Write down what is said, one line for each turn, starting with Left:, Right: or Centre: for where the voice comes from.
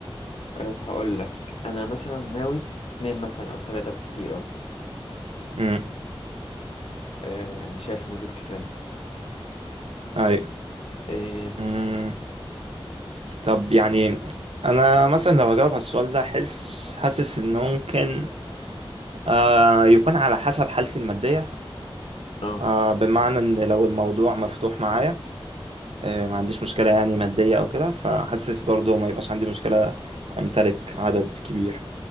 Left: أه، هقول لك أنا مثلا ناوي اتنين مثلا أو تلاتة بكتير أوي
Right: امم
Left: آه، يعني شايف ان دول كفايه
Right: ايوه
Left: اه
Right: امم طب يعني انا مثلا لو اجاوب على السؤال ده حس حاسس ان ممكن آه يكون على حسب حالتي المادية
Left: آه.
Right: آه بمعنى ان لو الموضوع مفتوح معايا آه ما عنديش مشكلة يعني مادية او كده فحاسس برضو ما يبقاش عندي مشكلة امتلك عدد كبير